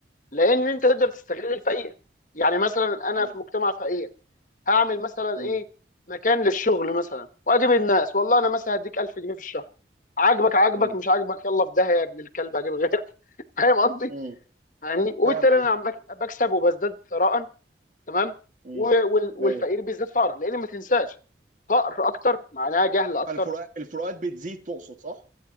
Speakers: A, on the left (about 45°); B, on the right (about 45°).
A: لان انت تقدر تستغل الفقير يعني مثلا انا
B: مم.
A: في مجتمع فقير اعمل مثلا
B: مم.
A: ايه مكان للشغل مثلا واجيب الناس والله انا مثلا هديك 1000 جنيه في الشهر عاجبك عاجبك
B: مم.
A: مش عاجبك يلا في داهيه يا ابن الكلب هجيب غيرك <laughs> فاهم قصدي؟
B: مم.
A: فاهمني؟ وبالتالي
B: فاهم قصدي
A: انا عم بك- بكسب وبزداد ثراء تمام
B: مم.
A: و- وال- والفقير
B: ايوه
A: بيزداد فقرا لان ما تنساش فقر اكتر معناها جهل اكتر
B: هل الفروقات الفروقات بتزيد تقصد صح؟